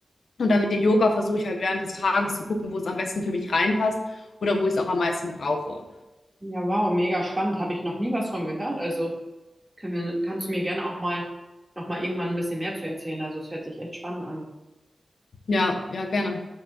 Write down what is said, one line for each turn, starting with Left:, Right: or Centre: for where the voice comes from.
Left: Und dann mit dem Yoga versuche ich halt während des Tages zu gucken, wo es am besten für mich reinpasst oder wo ich es auch am meisten brauche.
Right: Ja, wow, mega spannend. Habe ich noch nie was von gehört. Also können wir, kannst du mir gerne auch mal noch mal irgendwann ein bisschen mehr zu erzählen. Also es hört sich echt spannend an.
Left: Ja, ja, gerne.